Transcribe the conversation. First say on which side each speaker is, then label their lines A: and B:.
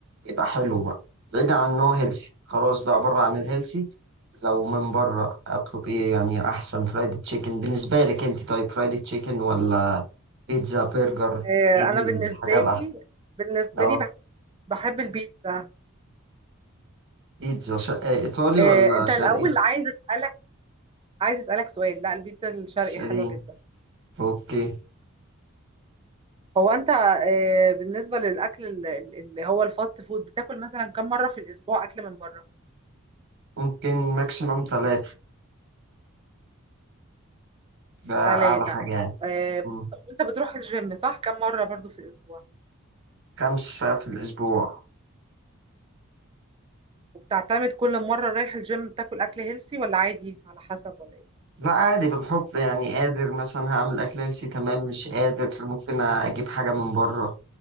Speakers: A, on the right (about 55°); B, on the right (about 25°).
A: يبقى حلو بقى بعيد عن انه هيلثي خلاص بقى بره عن الهيلثي لو من بره اطلب ايه يعني احسن فرايد تشيكن بالنسبه لك انت طيب فرايد تشيكن ولا بيتزا برجر
B: آه،
A: ايه الحاجه
B: انا بالنسبة
A: الاحلى
B: لي بالنسبة
A: اه
B: لي بح- بحب البيتزا
A: بيتزا شرق ايطالي
B: آه،
A: ولا
B: انت
A: شرقي
B: الاول عايز اسألك عايز اسألك سؤال لا البيتزا الشرقي
A: شرقي
B: حلوة جدا
A: اوكي
B: هو انت آه، بالنسبة للاكل ال- ال- اللي هو الفاست فود بتاكل مثلا كم مرة في الاسبوع اكل من بره
A: ممكن ماكسيموم ثلاثة ده أعلى
B: ثلاثة
A: حاجة يعني
B: آه، بس
A: مم.
B: انت وانت بتروح الجيم صح كم مرة برضو في الاسبوع
A: خمس ساعات في الأسبوع
B: وبتعتمد كل مرة رايح الجيم بتاكل اكل هيلسي ولا عادي على حسب ولا ايه
A: لا عادي بالحب يعني قادر مثلا هعمل أكل هيلسي تمام مش قادر ممكن أجيب حاجة من بره